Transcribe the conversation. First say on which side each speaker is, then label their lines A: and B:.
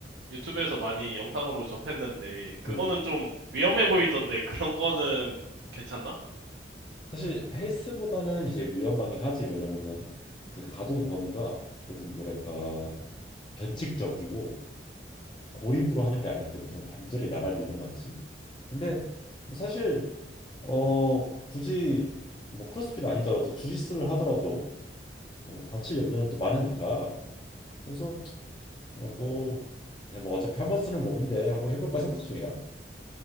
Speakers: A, on the right; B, on the left.
A: 유튜브에서 많이 영상으로 접했는데 그거는
B: 음.
A: 좀 위험해 보이던데 그런 거는 괜찮나?
B: 사실 헬스보다는 이제 위험하긴 하지. 왜냐면은 그 가동 범위가 조금 뭐랄까 변칙적이고 고립으로 하는 게 아니기 때문에 좀 관절이 나갈 일은 많지. 근데 뭐 사실 어 굳이 뭐 크로스핏 아니더라도 주짓수를 하더라도 뭐 다칠 염려는 또 많으니까 그래서 그냥 뭐 그냥 뭐 어차피 한번 쓰는 몸인데 하고 해볼까 생각 중이야.